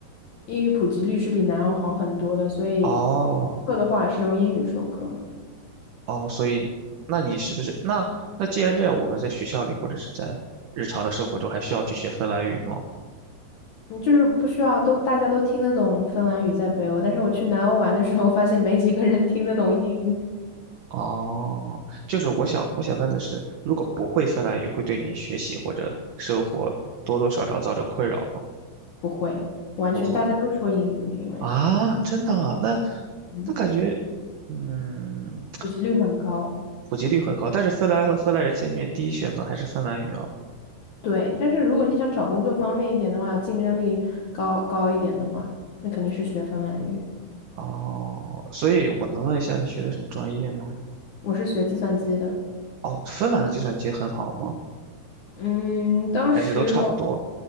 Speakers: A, on the left; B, on the right.
A: 英语普及率是比南欧好很多的，所以
B: 哦，
A: 课的话是用英语授课嘛。
B: 哦，所以，那你是不是那那既然这样，我们在学校里或者是在日常的生活中还需要去学芬兰语吗？
A: 嗯就是不需要都大家都听得懂芬兰语在北欧，但是我去南欧玩的时候，发现没几个人听得懂英语。
B: 哦，就是我想我想问的是，如果不会芬兰语，会对你学习或者生活多多少少造成困扰吗？
A: 不会，完全大家都说英语，
B: 不会。
A: 因为
B: 啊，真的啊，那
A: 嗯，
B: 那感觉，嗯，
A: 普及率很高。
B: 普及率很高，但是芬兰和芬兰人见面，第一选择还是芬兰语啊。
A: 对，但是如果你想找工作方便一点的话，竞争力高高一点的话，那肯定是学芬兰语。
B: 哦，所以我能问一下你学的什么专业吗？
A: 我是学计算机的，
B: 哦，芬兰的计算机很好吗？
A: 嗯，当时
B: 还是都差不多？